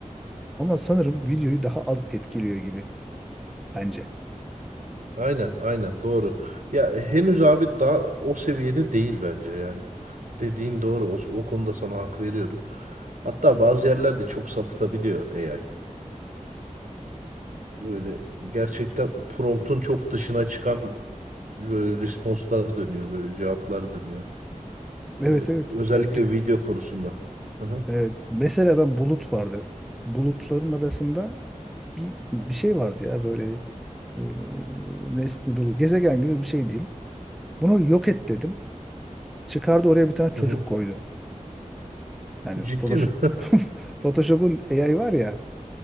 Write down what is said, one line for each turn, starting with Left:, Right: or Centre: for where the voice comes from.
Centre: Ama sanırım videoyu daha az etkiliyor gibi bence.
Right: Aynen, aynen doğru. Ya e, henüz abi daha o seviyede değil bence yani. Dediğin doğru. O, o konuda sana hak veriyorum. Hatta bazı yerlerde çok sapıtabiliyor AI. Böyle gerçekten promptun çok dışına çıkan böyle responslar dönüyor, böyle cevaplar dönüyor. Ee,
Centre: Evet evet.
Right: özellikle
Centre: Ya, dü-
Right: video konusunda. Hı hı.
Centre: e, mesela ben bulut vardı. Bulutların arasında bir, bir şey vardı ya böyle e, nesne böyle gezegen gibi bir şey diyeyim. Bunu yok et dedim. Çıkardı oraya bir tane
Right: Hı
Centre: çocuk
Right: hı.
Centre: koydu. Yani
Right: Ciddi
Centre: Photoshop,
Right: mi? <laughs>
Centre: <laughs> Photoshop'un AI var ya,